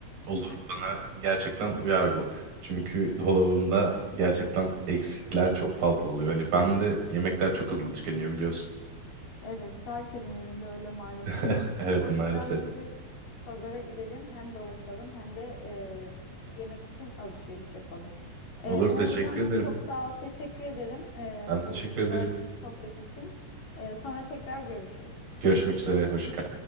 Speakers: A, on the right (about 55°); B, on the left (about 55°).
A: Olur bana gerçekten uyar bu. Çünkü dolabımda gerçekten eksikler çok fazla oluyor. Hani ben de yemekler çok hızlı tükeniyor biliyorsun.
B: Evet, herkesin evinde öyle maalesef.
A: <laughs> Evet
B: O
A: maalesef.
B: yüzden bir gün pazara gidelim, hem dolaşalım hem de e, yemek için alışveriş yapalım. E,
A: Olur
B: Uğurcan
A: teşekkür ederim.
B: çok sağ ol, teşekkür ederim e,
A: Ben
B: bu
A: teşekkür
B: güzel
A: ederim.
B: sohbet için. E, sonra tekrar görüşürüz.
A: Görüşmek üzere. Hoşça kal.